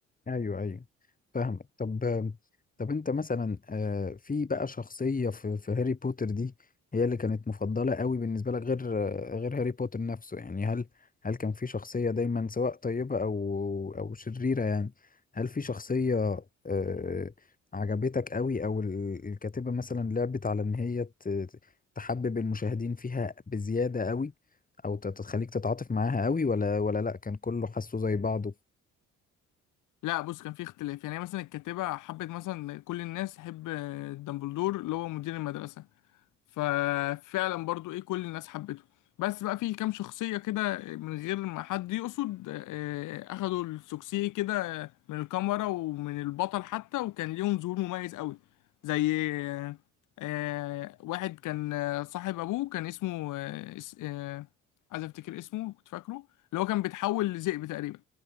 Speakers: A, on the left; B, on the left.
A: ايوه ايوه فاهمك طب طب انت مثلا آه، في بقى شخصية في في هاري بوتر دي هي اللي كانت مفضلة قوي بالنسبة لك غير آه، غير هاري بوتر نفسه يعني هل هل كان في شخصية دايما سواء طيبة او او شريرة يعني هل في شخصية آه، عجبتك قوي او ال- الكاتبة مثلا لعبت على ان هي ت- تحبب المشاهدين فيها بزيادة قوي او ت- تخليك تتعاطف معاها قوي ولا ولا لا كان كله حاسه زي بعضه
B: لا بص كان في اختلاف يعني مثلا الكاتبة حبت مثلا كل الناس تحب آه، دامبلدور اللي هو مدير المدرسة ففعلا برضو ايه كل الناس حبته بس بقى في كام شخصية كده من غير ما حد يقصد آه، اخدوا السوكسيه كده من الكاميرا ومن البطل حتى وكان ليهم ظهور مميز قوي زي آه، آه، واحد كان آه، صاحب ابوه كان اسمه آه، اس- آه، عايز افتكر اسمه كنت فاكره اللي هو كان بيتحول لذئب تقريبا